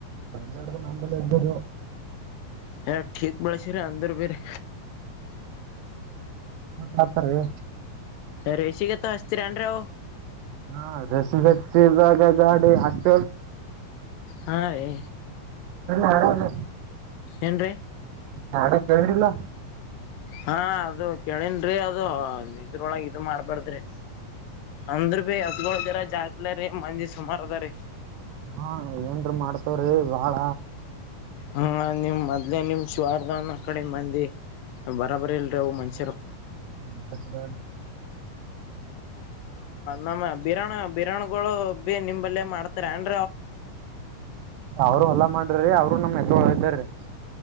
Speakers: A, on the right; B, on the left.
A: ನಿನ್ನಡದು ನಂಬಲೆ ಎಂದರ
B: ಹ ಕ್ ಬೆಳಸರ ಅಂಧ್ರ ಬರೆ
A: ಹತಾರೆ
B: ರಶಿಕ ಎತ್ತ ಹಸ್ತಿರಂಡರಾವ
A: ಹಾ ರಸ ಹಚ್ಚಾಗಾ ಹಚ
B: ಹಾ ರೀ
A: ಹ
B: ಏನ್
A: ನಾಡ ಕೇಳ್ರಿಲ್ಲ
B: ಹಾ ಅದು ಕೇಳನ್ಅದು ಇದ್ರೊಳಗೆ ಇ ಮಾಡ್ಬಾರ್ದ್ರಿ ಅಂದ್ರ ಬಿ ಹದಗೋಳ್ದರ ಜಾಗತ್ಲ ರೀ ಮಂಜಿ ಸುಮಾರು ಅದ ರೀ
A: ಹಾ ಏನ್ ಮಾಡ್ತವ್ರೀ ಬಾಳ
B: ಹ್ಮ ನಿಮ್ ಮದ್ಲೆೇ ನಿಮ್ ಶಿವಾರ್ಗನ್ ಕಡೆ ಮಂದಿ ಬರಾಬರಿ ಇಲ್ಲಿರವು ಮಂಚರು
A: ಬಾಳ
B: ನಮ್ಮ ಬಿರಾಣ ಬಿರಾಣುಗಳು ಬಿ ನಿಂಬಲ್ಲೇ ಮಾಡ್ತಾರ ಅ
A: ಅವರುೂ ಎಲ್ಲ ಮಾಡ್ರೀ ಅವರು ನಮ್ಮ ಎತ್ತಳ ಇದ್ದಾರೀ